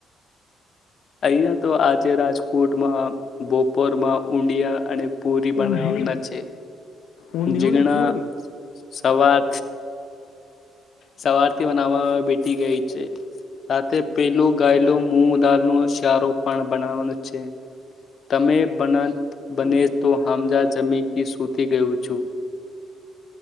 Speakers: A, on the left (about 55°); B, on the left (about 80°).
A: અહીંયા તો આજે રાજકોટમાં બોપોરમાં ઊંડિયા અને પુરી
B: ઊંધિયું
A: બનાવાના છે
B: ઊંધિયું
A: જીગણા
B: ને પૂરી
A: સવાર સવારથી બનાવવામાં બેઠી ગઈ છે સાથે પેલું ગાયલું મુગ દાલનો શ્યારો પણ બનાવાનો છે. તમે બન બને તો હમજા તમે તે સુતી ગયું છું.